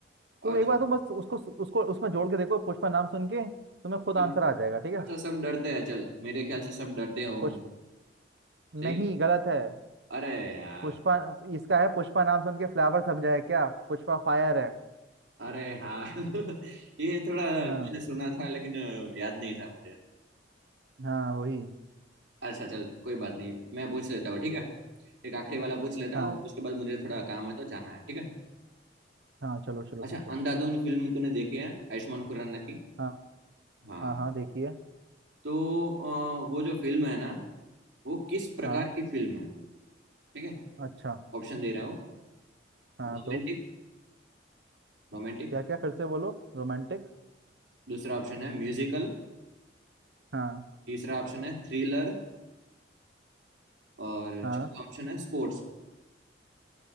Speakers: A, on the right; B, on the right.
A: तुम
B: अच्छा
A: एक बार तुम बस उसको उसको उसमें जोड़ के देखो पुष्पा नाम सुन के तुम्हें खुद
B: सब
A: आंसर आ जाएगा ठीक है
B: अच्छा सब डरते हैं चल मेरे ख्याल से सब डरते होंगे
A: पुष्पा
B: सही
A: नहीं
B: है
A: गलत है
B: अरे यार
A: पुष्पा इसका है पुष्पा नाम सुन के फ्लावर समझा है क्या पुष्पा फायर है
B: अरे हाँ <laughs> ये थोड़ा मैंने
A: हाँ
B: सुना था लेकिन अ, याद नहीं था मुझे
A: हाँ वही
B: अच्छा चल कोई बात नहीं मैं पूछ लेता हूँ ठीक है एक आखिरी वाला पूछ लेता
A: हाँ
B: हूँ उसके बाद मुझे थोड़ा काम है तो जाना है ठीक है
A: हाँ चलो चलो ठीक
B: अच्छा
A: है
B: अंधाधुन फिल्म तूने देखी है आयुष्मान खुराना की
A: हाँ
B: हाँ
A: हाँ हाँ देखिए
B: तो अ, वो जो फिल्म है ना वो किस प्रकार
A: हाँ
B: की फिल्म है ठीक है
A: अच्छा
B: ऑप्शन दे रहा हूँ
A: हाँ
B: Romantic
A: दो
B: romantic
A: हाँ, क्या क्या फिर से बोलो रोमांटिक
B: दूसरा ऑप्शन है म्यूजिकल
A: हाँ
B: तीसरा ऑप्शन है थ्रिलर और
A: हाँ
B: चौथा ऑप्शन है स्पोर्ट्स